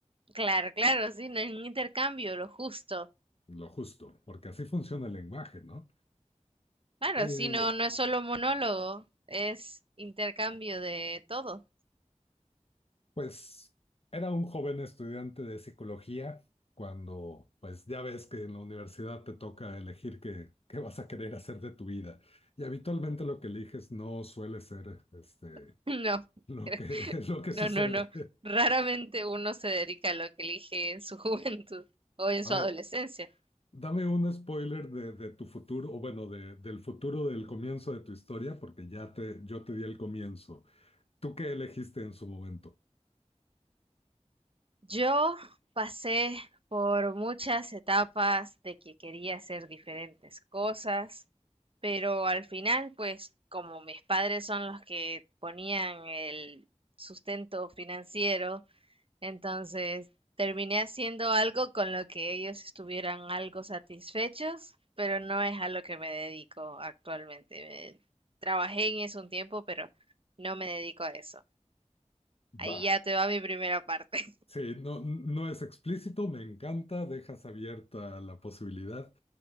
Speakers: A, on the right; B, on the left.
A: Claro, claro, sí, no es un intercambio, lo justo.
B: lo justo, porque así funciona el lenguaje, ¿no?
A: Claro,
B: Eh,
A: sí, no, no es solo monólogo, es intercambio de todo.
B: Pues era un joven estudiante de psicología cuando, pues ya ves que en la universidad te toca elegir qué, qué vas a querer hacer de tu vida. Y habitualmente lo que eliges no suele ser este,
A: <laughs> No,
B: lo
A: cre-
B: que, <laughs> lo que
A: no,
B: sucede.
A: no, no. Raramente uno se dedica a lo que elige en su <laughs> juventud o en
B: A
A: su
B: ver,
A: adolescencia.
B: dame un spoiler de, de tu futuro, o bueno, de, del futuro del comienzo de tu historia, porque ya te, yo te di el comienzo. ¿Tú qué elegiste en su momento?
A: Yo pasé por muchas etapas de que quería hacer diferentes cosas, pero al final, pues como mis padres son los que ponían el sustento financiero, entonces terminé haciendo algo con lo que ellos estuvieran algo satisfechos, pero no es a lo que me dedico actualmente. Me- trabajé en eso un tiempo, pero no me dedico a eso.
B: Va.
A: Ahí ya te va mi primera parte.
B: Sí, no, no es explícito, me encanta, dejas abierta la posibilidad.